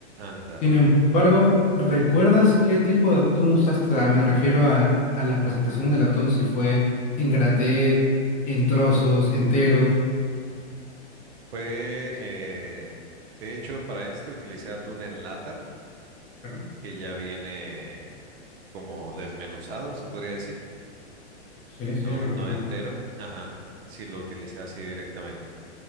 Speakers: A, on the right; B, on the left.
A: Anda.
B: Sin embargo, ¿recuerdas qué tipo de atún usaste? Ah, Me refiero al- a, la presentación del atún, si fue en graté, en trozos, entero.
A: Fue, eh, de hecho, para este utilicé atún en lata
B: claro
A: que ya viene como desmenuzado, se podría decir.
B: Sí, sí,
A: No,
B: lo
A: no
B: comprendo.
A: entero. Ajá. Sí lo utilicé así directamente.